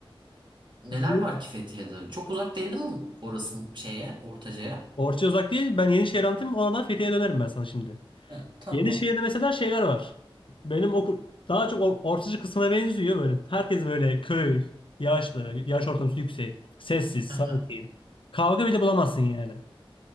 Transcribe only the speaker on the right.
Neler
var ki Fethiye'de? Çok uzak değil değil mi orası şeye, Ortaca'ya?
Ha, tamam.
Hı
hı.